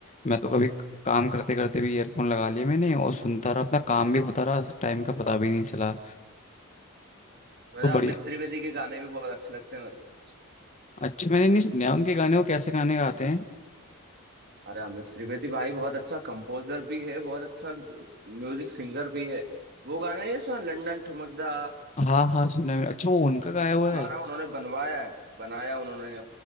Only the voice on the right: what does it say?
मेरा
अमित त्रिवेदी के गाने भी बहुत अच्छे लगते हैं मेरे को
अरे अमित त्रिवेदी भाई बहुत अच्छा कंपोजर भी है बहुत अच्छा म्यूजिक सिंगर भी है वो गाना नहीं सुना लंदन ठुमकदा
वो गाना
उन्होंने बनवाया है बनाया उन्होंने